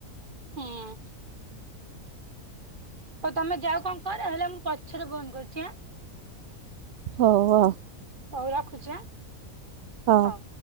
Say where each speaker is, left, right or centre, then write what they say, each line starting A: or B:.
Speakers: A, on the right; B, on the right.
A: ହଁ। ଆଉ ତମେ ଯାଅ କଣ କର ହେଲେ ମୁଁ ପଛରେ ଫୋନ କରୁଛି ଆଁ
B: ହଉ ଆଉ
A: ହଉ ରଖୁଛି ଆଁ
B: ହଁ।
A: ହଉ।